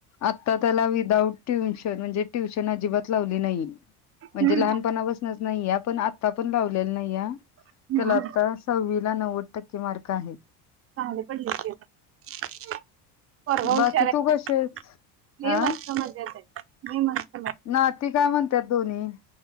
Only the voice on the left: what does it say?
आता त्याला विदाउट ट्युशन म्हणजे ट्युशन अजिबात लावली नाही. म्हणजे
लहानपणापासनच नाहीए पण आता पण लाव लेली नाही हा तर,
तेला
आता सहाविला नव्वद टक्के मार्क आहेत.
बाकी
तू कशी आहेस
अ
नाती काय म्हणत्यात दोन्ही?